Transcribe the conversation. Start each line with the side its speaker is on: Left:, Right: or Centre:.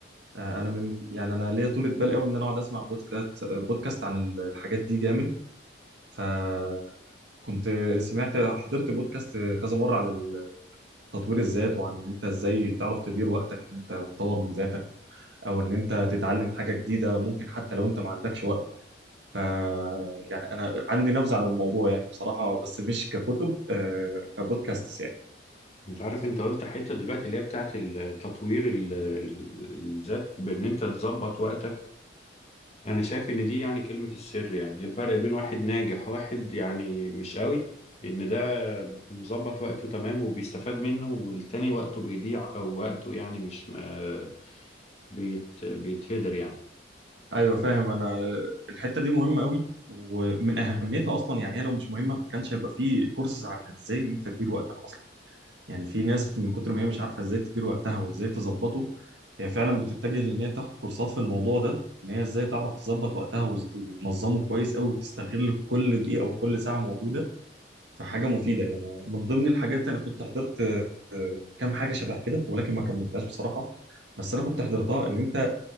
Right: آه انا من يعني انا ليا طولة بال قوي ان انا اقعد اسمع بودكاست بودكاست عن ال- الحاجات دي جامد فكنت سمعت حضرت بودكاست كذا مره عن تطوير الذات وعن ان انت ازاي تعرف تدير وقتك ان انت تطور من ذاتك او ان انت تتعلم حاجه جديده ممكن حتى لو انت ما عندكش وقت ف يعني انا عندي نبذه عن الموضوع يعني بصراحه بس مش ككتب آه كبودكاست يعني
Left: انت عارف انت قلت حتة دلوقتي اللي هي بتاعت ال- تطوير ال- ال- الذات بان انت تظبط وقتك انا شايف ان دي يعني كلمة السر يعني إيه الفرق بين واحد ناجح وواحد يعني مش قوي ان ده مظبط وقته تمام وبيستفاد منه والتاني وقته بيضيع او وقته يعني مش ما بيت بيتهدر يعني
Right: ايوه فاهم انا الحته دي مهمه قوي ومن اهميتها اصلا يعني هي لو مش مهمه ما كانش هيبقى في كورسز عن ازاي انت تدير وقتك اصلا يعني في ناس من كتر ما هي مش عارفه ازاي تدير وقتها وازاي تظبطه هي فعلا بتتجه لان هي تاخد كورسات في الموضوع ده ان هي ازاي تعرف تظبط وقتها وز- وتنظمه كويس قوي وتستغل كل دقيقه وكل ساعه موجوده فحاجه مفيده يعني من ضمن الحاجات انا كنت حضرت آه، كام حاجه شبه كده ولكن ما كملتهاش بصراحه بس انا كنت حضرتها ان انت